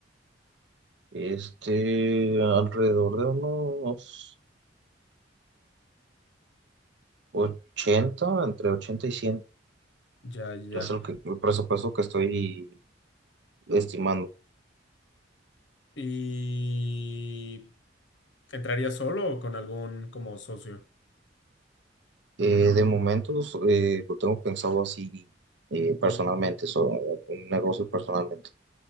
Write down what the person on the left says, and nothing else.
Ya, ya. ya.
¿Y entrarías solo o con algún como socio?